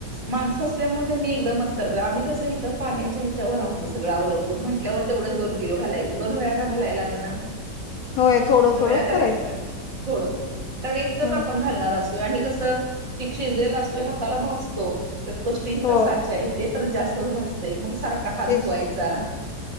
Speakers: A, on the right; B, on the left.
A: माणसं असल्यामुळे त्यांनी एकदमच करत आम्ही कसं इथं पाण्याच्या ह्याच्यावर आमच सगळं अवलंबून म्हटल्यावर तेवढं दोन किलो घालायचं, दोन वेळा का घालाय लागना.
B: होय थोडं
A: दोन
B: थोडं
A: वेळा करायचा
B: करायचं ते
A: थोडं कारण एकटच
B: हम्म
A: आपण घालणार असतो. आणि कसं चिक शिजलेला असतोय हाताला भाजतो. त्या तो स्टीलचा
B: होय
A: साचा आहे, ते तर जास्तच भाजतय मग सारखा हात
B: तेच
A: धुवायचा.